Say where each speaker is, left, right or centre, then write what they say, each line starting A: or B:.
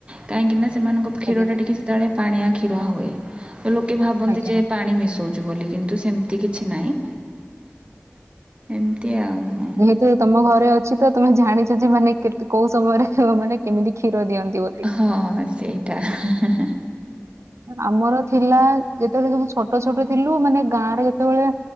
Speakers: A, on the right (about 25°); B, on the right (about 80°).
A: କାହିଁକିନା ସେମାନଙ୍କ କ୍ଷୀରଟା
B: ଆଜ୍ଞା ଆଜ୍ଞା
A: ଟିକଏ ସେତେବେଳେ ପାଣିଆ କ୍ଷୀର ହୁଏ ତ ଲୋକେ ଭାବନ୍ତି
B: ଆଜ୍ଞା
A: ଯେ ପାଣି ମିଶୋଉ। ବୋଲିକିନି କିନ୍ତୁ ସେମତି କିଛି ନାଇଁ ଏମତି ଆଉ।
B: ତ ତମ ଘରେ ଅଛି ତ ତମେ ଜାଣିଚ ଯେ ମାନେ କେ କୋଉ ସମୟରେ ମାନେ ଖେ କେମିତି କ୍ଷୀର ଦିଅନ୍ତି ବୋଲି।
A: ହଁଁ ସେଇଟା ହେ ହେ ସେ।
B: ଆମର ଥିଲା ଯେତେବେଳେ ସବୁ ଛୋଟ ଛୋଟ ଥିଲୁ ମାନେ ଗାଁ ରେ ଯେତେବେଳେ